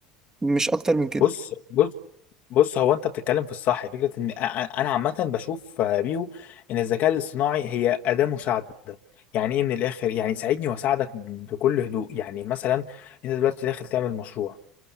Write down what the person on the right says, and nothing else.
مش اكتر من كده